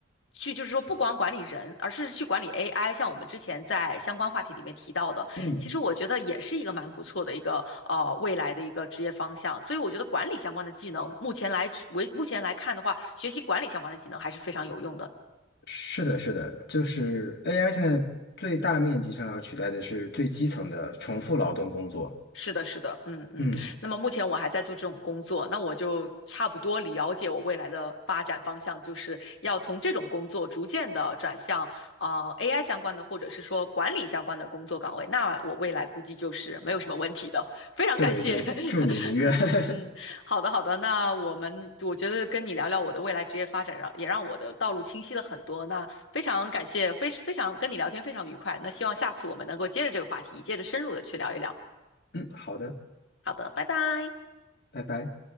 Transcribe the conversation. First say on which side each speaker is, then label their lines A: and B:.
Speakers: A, on the left; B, on the left.
A: 去就是说，不光管理人，而是去管理 AI。像我们之前在相关话题里面提到的，
B: 嗯，
A: 其实我觉得也是一个蛮不错的一个呃未来的一个职业方向。所以我觉得管理相关的技能，目前来指为目前来看的话，学习管理相关的技能还是非常有用的。
B: 是的，是的，就是 AI 现在最大面积上要取代的是最基层的重复劳动工作。
A: 是的，是的，嗯嗯。
B: 嗯，
A: 那么目前我还在做这种工作，那我就差不多了解我未来的发展方向，就是要从这种工作逐渐的转向啊、呃 AI 相关的，或者是说管理相关的工作岗位。那我未来估计就是没有什么问题的。非常感谢，
B: 对对，
A: <laughs>
B: 祝你如愿。<laughs>
A: 嗯，好的好的。那我们我觉得跟你聊聊我的未来职业发展，让也让我的道路清晰了很多。那非常感谢，非非常跟你聊天非常愉快。那希望下次我们能够接着这个话题，接着深入的去聊一聊。
B: 嗯，好的，
A: 好的，拜拜。
B: 拜拜。